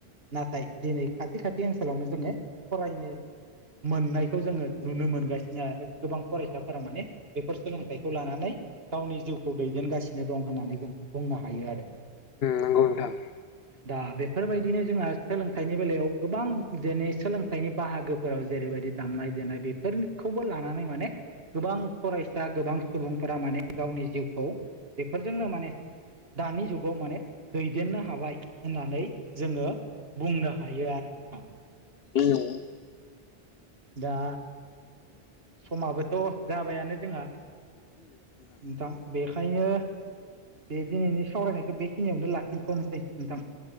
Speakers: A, on the right (about 70°); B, on the left (about 70°).
A: नाथाय दिनै खाथि खाथि ओनसोलावनो जोङो फरायनो मोननायखौ जोङो नुनो मोनगासिनो आरो गोबां फरायसा फोरा माने बेफोर सोलोंथाइखौ लानानै गावनि जिउखौ दैदेनगासिनो दं होननानै जों बुंनो हायो आरो।
B: नंगौ नोंथां
A: दा बेफोरबा दिनो जोंहा सोलोंथाइनि बेलायाव गोबां दिनै सोलोंथाइनि बाहागोफोराव जेरैबायदि दामनाय देनाय बेफोरखौबो लानानै माने गोबां फरायसा गोबां सुबुंफोरा माने गावनि जिउखौ बेफोरजोंनो माने दानि जुगाव माने दैदेननो हाबाय होननानै जोङो बुंनो हायो आरो नोंथां।
B: औ औ
A: दा समाबोथ' जाबायानो जोंहा नोंथां बेखायनो बे दिनैनि सावरायनायखौ बेखिनियावनो लाखिनथ'नोसै नोंथां।